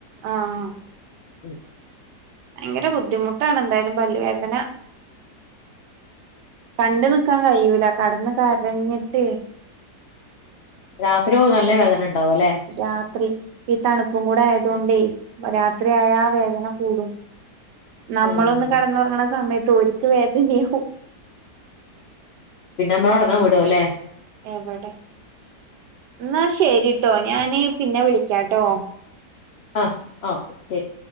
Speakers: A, on the right; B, on the left.
A: ആഹ്
B: ഉം
A: ഭയങ്കര ബുദ്ധിമുട്ടാണ് എന്തായാലും പല്ലുവേദന കണ്ട നിക്കാൻ കഴിയൂല കടന്ന് കരഞ്ഞിട്ട്
B: രാത്രി ഓ നല്ല വേദന ഉണ്ടാവും അല്ലെ?
A: രാത്രി ഈ തണുപ്പും കൂടെ ആയ അതുകൊണ്ടേ രാത്രിയയാ വേദന കൂടും നമ്മളൊന്ന്
B: ആഹ്.
A: കടന്നുറങ്ങണ സമയത്ത് ഒർക്ക് വേദനയാവും
B: പിന്നെ നമ്മളോടങ്ങാൻ വിട അല്ലേ
A: എവിടെ എന്നാ ശരിട്ടോ ഞാന് പിന്നെ വിളിക്കാട്ടോ
B: ആ ആ ശരി